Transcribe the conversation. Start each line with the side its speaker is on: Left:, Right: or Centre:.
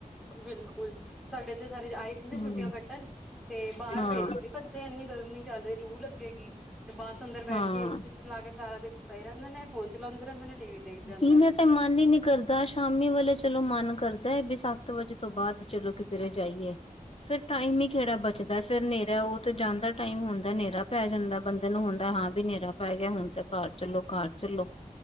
Centre: ਬਿਲਕੁਲ ਸਾਡੇ ਤੇ ਸਾਰੇ ਆਏ ਸੀ ਨਾ
Left: ਹਮ
Centre: ਛੁੱਟੀਆਂ ਕੱਟਣ ਤੇ ਬਾਹਰ
Left: ਹਾਂ
Centre: ਭੇਜ ਨੀ ਸਕਦੇ ਤੇ ਇੰਨੀ ਗਰਮੀ ਚੱਲ ਰਹੀ ਲੂ ਲੱਗੇਗੀ, ਤੇ ਬੱਸ ਅੰਦਰ ਬੈਠ
Left: ਹਾਂ
Centre: ਕੇ, ਲਾ ਕੇ ਸਾਰਾ ਦਿਨ ਪਏ ਹੀ ਰਹਿੰਦੇ ਨੇ ਫੋਨ ਚਲੈਦੇ ਰਹਿੰਦੇ ਨੇ। ਟੀ ਵੀ ਦੇਖਦੇ ਰਹਿੰਦੇ
Left: ਦੀਨੇ
Centre: ਨੇ
Left: ਤੇ ਮਨ ਹੀ ਨੀ, ਕਰਦਾ ਸ਼ਾਮੀ ਵੇਲੇ ਚਲੋ ਮਨ ਕਰਦਾ ਹੈ ਵੀ ਸੱਤ ਵਜੇ ਤੋਂ ਬਾਅਦ ਚਲੋ ਕਿੱਧਰੇ ਜਾਈਏ। ਫੇਰ ਟਾਈਮ ਹੀ ਕਿਹੜਾ ਬਚਦਾ ਫਿਰ ਹਨੇਰਾ ਉਹ ਤੇ ਜਾਂਦਾ ਟਾਈਮ ਹੁੰਦਾ ਹਨੇਰਾ ਪੈ ਜਾਂਦਾ ਬੰਦੇ ਨੂੰ ਹੁੰਦਾ ਹਾਂ, ਵੀ ਹਨੇਰਾ ਪੈ ਗਿਆ ਹੁਣ ਤੇ ਘਰ ਚੱਲੋ ਘਰ ਚੱਲੋ,